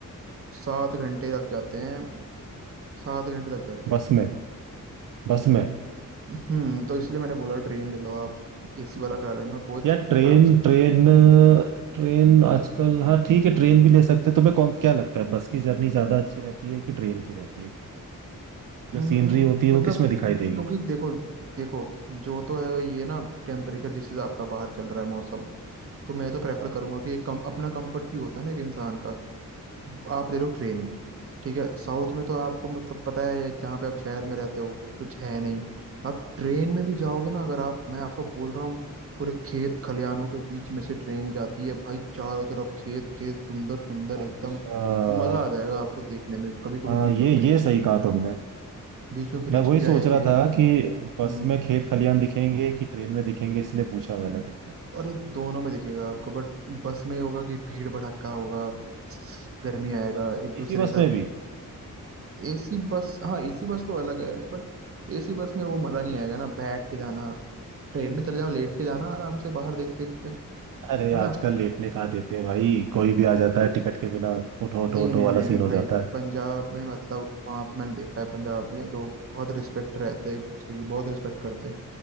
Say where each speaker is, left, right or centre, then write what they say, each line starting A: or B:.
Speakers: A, on the right (about 45°); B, on the right (about 75°).
A: सात घंटे लग जाते हैं सात घंटे लग जाते
B: बस
A: हैं
B: में बस में
A: हम्म तो इसलिए मैंने बोला ट्रेन ले लो आप एसी वाला करा लेना कोच
B: या ट्रेन
A: आराम से
B: ट्रेन ट्रेन आजकल हाँ ठीक है ट्रेन भी ले सकते हैं तुम्हें कौन क्या लगता है बस की जर्नी ज्यादा अच्छी रहती है कि ट्रेन की रहती है जो
A: हम्म
B: सीनरी होती है वो
A: मतलब
B: किसमें दिखाई
A: क्योंकि
B: देगी
A: देखो देखो जो तो है ये ना टेम्परेचर जिस हिसाब का बाहर चल रहा है मौसम तो मैं तो प्रेफर
B: हाँ
A: करूंगा कि एक कम, अपना कंफर्ट भी होता है ना एक इंसान का आप ले लो ट्रेन ठीक है साउथ में तो
B: हाँ
A: आपको मतलब पता है जहाँ पे आप शहर में रहते हो कुछ है नहीं
B: हाँ,
A: आप ट्रेन में
B: वो
A: भी जाओगे
B: तो
A: ना अगर आप मैं आपको बोल रहा हूँ पूरे खेत खलियानों के बीच में से ट्रेन जाती है भाई चारों तरफ खेत खेत सुंदर सुंदर
B: है।
A: एकदम
B: अच्छा
A: मजा आ जाएगा आपको देखने में कभी कभी
B: हाँ
A: बीच
B: ये
A: में ब्रिज
B: ये सही कहा तुमने
A: बीच में ब्रिज
B: मैं वही
A: भी
B: सोच
A: आएंगे
B: रहा था कि
A: हम्म
B: बस में खेत खलियान दिखेंगे कि ट्रेन में दिखेंगे इसलिए पूछा मैंने तुमसे
A: और ये दोनों में दिखेगा आपको बट बस में होगा कि भीड़ भड़क्का होगा गर्मी आएगा
B: अच्छा
A: एक दूसरे
B: इसी बस
A: के साथ
B: में भी
A: एसी बस हाँ एसी बस तो अलग है बट एसी बस में वो मजा नहीं आएगा ना बैठ के जाना ट्रेन में चले जाओ लेट
B: अच्छा
A: के जाना
B: अच्छा
A: आराम से बाहर देखते देखते है
B: अरे आजकल
A: ना
B: लेटने कहाँ देते हैं भाई कोई भी आ जाता है टिकट के बिना उठो उठो
A: नहीं
B: उठो
A: नहीं
B: वाला
A: नहीं
B: सीन हो
A: भाई
B: जाता है
A: पंजाब में मतलब वहां पे मैंने देखा है पंजाब में लोग बहुत रिस्पेक्ट रहते हैं एक दूसरे की बहुत रिस्पेक्ट करते हैं